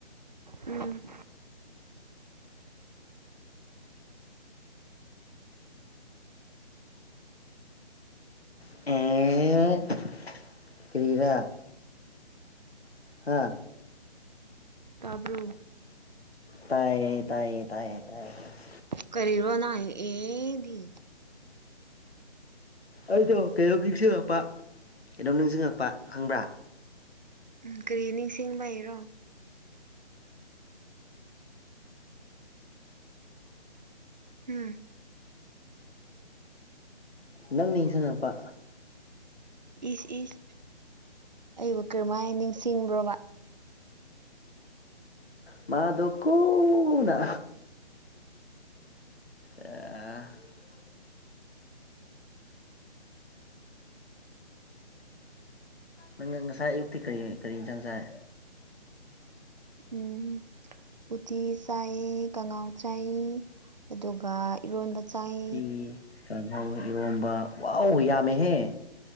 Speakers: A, on the right; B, on the left.
A: ꯎꯝ
B: ꯑꯦ ꯑꯦꯑꯥꯏ ꯀꯔꯤꯔꯥ ꯍꯥ
A: ꯇꯕꯔꯣ
B: ꯇꯥꯏꯌꯦ ꯇꯥꯏꯌꯦ ꯇꯥꯏꯌꯦ ꯇꯥꯏꯌꯦ ꯇꯥꯏ
A: ꯀꯔꯤꯕ ꯅ ꯑꯦꯗꯤ
B: ꯑꯩꯗꯣ ꯀꯩꯅꯣꯝ ꯅꯤꯡꯁꯤꯡꯉꯛꯄ ꯀꯩꯅꯣꯝ ꯅꯤꯡꯁꯤꯡꯉꯛꯄ ꯈꯪꯕ꯭ꯔꯥ
A: ꯎꯝ ꯀꯔꯤ ꯅꯤꯡꯁꯤꯡꯕꯩ ꯔꯣ ꯎꯝ
B: ꯅꯪ ꯅꯤꯡꯁꯤꯡꯉꯛꯄ
A: ꯏꯁ ꯏꯁ ꯑꯩꯕꯨ ꯀꯔꯝꯍꯥꯏꯅ ꯅꯤꯡꯁꯤꯡꯕ꯭ꯔꯣꯕ
B: ꯃꯥꯗꯣ ꯀꯣꯅ ꯑꯥ <inaudible> ꯅꯪ ꯉꯁꯥꯏ ꯑꯌꯨꯛꯇꯤ ꯀꯔꯤ ꯀꯔꯤ ꯌꯦꯟꯖꯥꯡ ꯆꯥꯢ
A: ꯎꯝ ꯎꯇꯤ ꯆꯥꯏ ꯀꯪꯉꯥꯎ ꯆꯥꯏ ꯑꯗꯨꯒ ꯏꯔꯣꯟꯕ ꯆꯥꯏ
B: ꯎꯇꯤ ꯀꯥꯡꯍꯧ ꯏꯔꯣꯝꯕ ꯋꯥꯎ ꯌꯥꯝꯃꯦꯍꯦ